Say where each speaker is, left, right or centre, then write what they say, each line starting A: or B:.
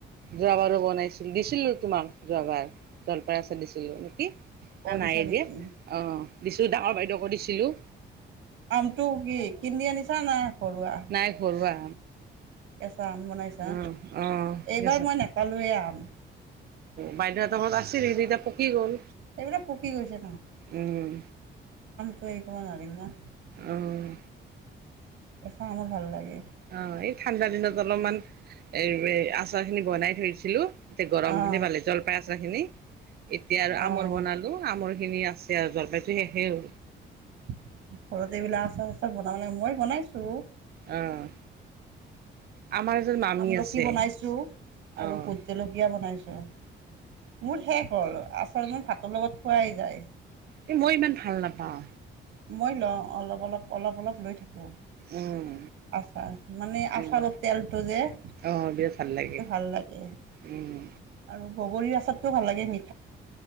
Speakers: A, on the right (about 55°); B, on the right (about 80°).
A: যোৱাবাৰো বনাইছিলোঁ, দিছিলোঁ তোমাক যোৱাবাৰ, জলপাই আচাৰ দিছিলোঁ নেকি?
B: অ',
A: না
B: দিছা
A: নাইয়ে
B: নেকি?
A: দিয়া, অ', দিছিলোঁ ডাঙৰ বাইদেউক অ', দিছিলোঁ।
B: আমটো কি, কিনি আনিছা না ঘৰুৱা?
A: নাই ঘৰুৱা
B: কেঁচা আম বনাইছা,
A: উম অ
B: এইবাৰ
A: ঠিক
B: মই নাপালোৱে আম।
A: বাইদউহঁত ঘৰত আছিল, কিন্তু
B: অ'
A: এতিয়া পকি গ'ল,
B: এইবিলাক পকি গৈছে
A: উম
B: ত' হেৰি কৰিব নোৱাৰিম না।
A: অ'। উম,
B: কেঁচা আমোল ভাল লাগে
A: অ', এই ঠাণ্ডা দিনত অলপমান এ এ, আচাৰখিনি বনাই থৈছ ছিলোঁ, এতিয়া গৰম
B: অঁ
A: দিনেই পালে, জলপাই আচ চাৰ খিনি এতিয়া আৰু
B: অঁ
A: আমৰ বনালোঁ, আমৰ সেখিনি আছে আৰু জলপাইতো শেষেই হ'ল।
B: ঘৰতে এইবিলাক আচাৰচাচৰ বনাব লাগে মই বনাইছোঁ
A: অ'। আমাৰ এজন মামী
B: আমলখি
A: আছে
B: বনাইছো
A: অ',
B: আৰু ভোট জলকীয়া বনাইছো। অ'। মোৰ শেষ হ'ল আচল মই ফ তোৰ লগত পোৱাই যায়।
A: এ মই ইমান ভাল নাপাও।
B: মই লওঁ, অলপ অলপ অলপ অলপ লৈ থাকো
A: উম,
B: আচাৰ মানে
A: উম,
B: আচাৰৰ তেলটো যে খেইটো
A: অ', বিৰাট ভাল লাগে
B: ভাল লাগে
A: উম,
B: আৰু বগৰীৰ আচাৰটো ভাল লাগে মি